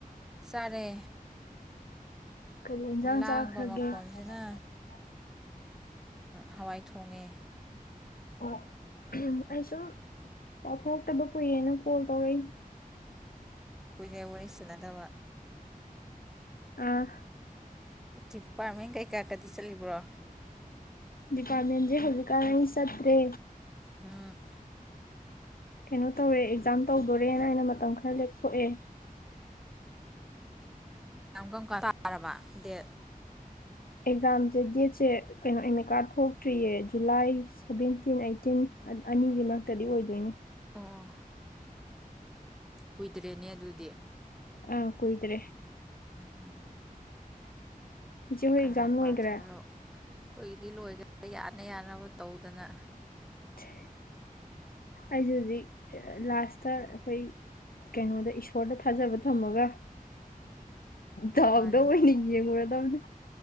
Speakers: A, in the centre; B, on the left (about 75°).
A: ꯆꯔꯦ
B: ꯀꯔꯤ ꯏꯟꯖꯥꯡ
A: ꯂꯥꯡꯕ
B: ꯆꯥꯈ꯭ꯔꯒꯦ
A: ꯃꯈꯣꯟ
B: ꯑꯣ
A: ꯑꯗꯨꯅ ꯍꯋꯥꯏ ꯊꯣꯡꯉꯦ
B: ꯑꯣ ꯎꯝ ꯑꯩ ꯁꯨꯝ ꯄꯥꯎ ꯐꯥꯎꯔꯛꯇꯕ ꯀꯨꯏꯌꯦꯦꯅ ꯀꯣꯜ ꯇꯧꯔꯛꯏ
A: ꯀꯣꯏꯂ ꯑꯣꯏꯅ ꯏꯁꯁꯨꯅꯠꯇꯕ
B: ꯑꯥ
A: ꯗꯤꯄꯥꯔꯠꯃꯦꯟ ꯀꯩꯀꯥꯀꯗꯤ ꯆꯠꯂꯤꯕ꯭ꯔꯣ
B: ꯄꯥꯦꯟꯦ ꯍꯣꯂꯤꯀ ꯁꯠꯇꯦ
A: ꯍꯥꯥ
B: ꯀꯩꯅꯣ ꯇꯧꯔꯦ ꯑꯦꯛꯖꯥꯝ ꯇꯧꯗꯣꯔꯦꯅ ꯑꯩꯅ ꯃꯇꯝ ꯈꯔ ꯂꯦꯞꯊꯣꯛꯑꯦ
A: ꯀ ꯀꯪ ꯇꯥꯔꯕ ꯗꯦꯠ
B: ꯑꯦꯛꯖꯥꯝꯁꯦ ꯗꯦꯠꯁꯦ ꯀꯩꯅꯣ ꯏꯀꯥ ꯊꯣꯛꯇ꯭ꯔꯤꯌꯦ ꯖꯨꯂꯥꯏ ꯁꯚꯦꯟꯇꯤꯟ ꯑꯩꯠꯇꯤꯟ ꯑꯅꯤꯁꯤ ꯃꯔꯛꯇꯗꯤ ꯑꯣꯏꯗꯣꯏꯅꯤ
A: ꯑꯥ ꯀꯨꯏꯗ꯭ꯔꯦꯅꯦ ꯑꯗꯨꯗꯤ
B: ꯑ ꯀꯣꯏꯗ꯭ꯔꯦ
A: ꯎꯝ
B: ꯏꯆꯦ ꯍꯣꯏ
A: ꯀꯟꯅ
B: ꯑꯦꯛꯖꯥꯝ ꯂꯣꯏꯒ꯭ꯔꯦ
A: ꯄꯥꯊꯔꯣ ꯑꯩꯈꯣꯏꯗꯤ ꯂꯣꯏꯈꯗꯥ ꯌꯥꯅ ꯌꯥꯅꯕ ꯇꯧꯗꯅ
B: ꯊ ꯑꯩꯁꯦ ꯍꯧꯖꯤꯛ ꯂꯥꯁꯇ ꯑꯩꯈꯣꯏ ꯀꯩꯅꯣꯗ ꯐꯣꯔꯗ ꯊꯥꯖꯕ ꯊꯝꯃꯒ ꯗꯥꯎꯗ
A: ꯃꯥꯅꯤ
B: ꯑꯣꯏꯅ ꯌꯦꯡꯉꯨꯔꯗꯕꯅꯤ